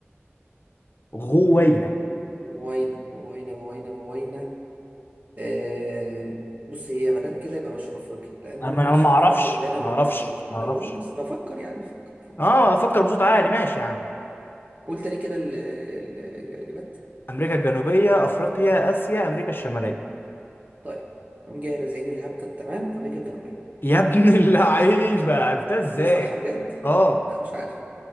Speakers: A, on the left; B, on the right.
A: غوينا
B: مم. غوينا غوينا غوينا غوينا آه. بص هي ما دام كده يبقى مش في افريقيا لان
A: انا
B: هو
A: ما
B: مفيش
A: أنا ما
B: في
A: اعرفش
B: افريقيا غانا
A: ما
B: وغوينا
A: اعرفش ما
B: انا
A: اعرفش
B: بقول بس بفكر يعني بفكر بفكر
A: اه افكر بصوت عالي ماشي يا عم
B: قول تاني كده ال- ال- الاجابات
A: امريكا الجنوبيه افريقيا اسيا امريكا الشماليه
B: طيب نقوم جاي رازعين الهبده التمام امريكا الجنوبيه
A: يا ابن <laughs> اللعيبه عرفتها
B: دي
A: ازاي
B: صح بجد
A: اه
B: لا مش عارف